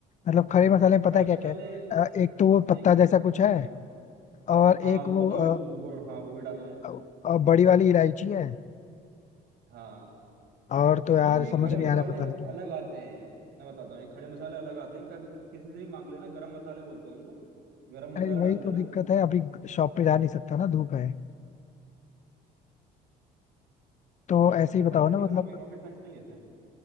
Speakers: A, on the left; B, on the right.
A: मतलब खड़े मसाले में पता
B: खड़े
A: है
B: मसाले
A: क्या क्या है अ, एक तो वो
B: एक
A: पत्ता
B: हो
A: जैसा कुछ है
B: हाँ
A: और
B: हाँ
A: एक वो
B: वो तो
A: अ,
B: वो हाँ वो भी डालना है
A: अ, अ, बड़ी वाली इलायची है
B: हाँ
A: और तो यार
B: नहीं ये
A: समझ
B: खड़े
A: नहीं
B: मसाले
A: आ रहा पता
B: अलग
A: नहीं क्यों
B: आते हैं मैं बताता हूँ ये खड़े मसाले अलग आते हैं कभी किसी से भी मांग लेना गरम मसाले बोलते हैं उनको गरम मसाला
A: अरे वही
B: डाल देना
A: तो दिक्कत
B: है
A: है अभी शॉप पे जा नहीं सकता ना धूप है तो ऐसे
B: ना
A: ही बताओ
B: बन जाती
A: ना
B: है
A: मतलब
B: इतना कोई रॉकेट साइंस नहीं है इसमें